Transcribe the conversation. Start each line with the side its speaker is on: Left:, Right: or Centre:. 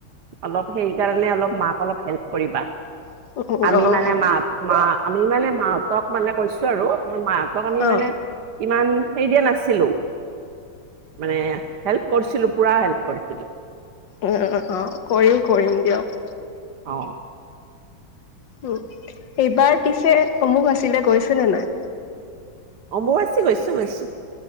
Right: অলপ সেই কাৰণে অলপ মাক অলপ হেল্প কৰিবা
Left: অ
Right: আমি
Left: অ
Right: মানে মাহ মা আমি মানে মাহতক মানে কৈছো আৰু আৰ মাহতক আমি
Left: অ
Right: মানে ইমান হেৰি দিয়া নাছিলো মানে হেল্প কৰিছিলোঁ পুৰা হেল্প কৰিছিলোঁ
Left: উম অ কৰিম কৰিম দিয়ক
Right: অ
Left: উ এইবাৰ পিছে অমুক আছিলে গৈছে নাই
Right: অম্ববাচী গৈছো গৈছো